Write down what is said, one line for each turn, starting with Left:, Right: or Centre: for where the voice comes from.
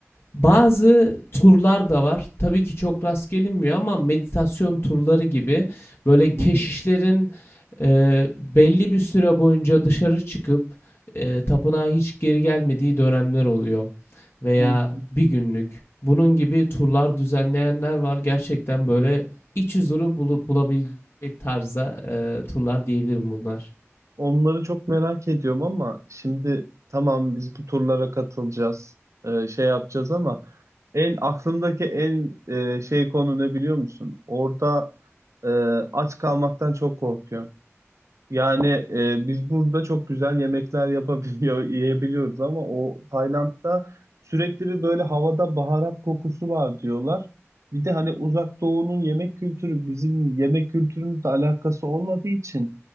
Left: bazı turlar da var. Tabii ki çok rast gelinmiyor ama meditasyon turları gibi böyle
Right: Hı hı.
Left: keşişlerin e, belli bir süre boyunca dışarı çıkıp e, tapınağa hiç geri gelmediği dönemler oluyor. Veya
Right: hı.
Left: bir günlük. Bunun gibi turlar düzenleyenler var. Gerçekten böyle iç huzuru bulu- bulabilecek tarzda e, turlar diyebilirim bunlar.
Right: Onları çok merak ediyorum ama şimdi tamam biz bu turlara katılacağız, e, şey yapacağız ama en aklımdaki en e, şey konu ne biliyor musun? Orada e, aç kalmaktan çok korkuyorum. Yani e, biz burada çok güzel yemekler yapabiliyor, <laughs> yiyebiliyoruz ama o Tayland'da sürekli bir böyle havada baharat kokusu var diyorlar. Bir de hani Uzak Doğu'nun yemek kültürü bizim yemek kültürümüzle alakası olmadığı için.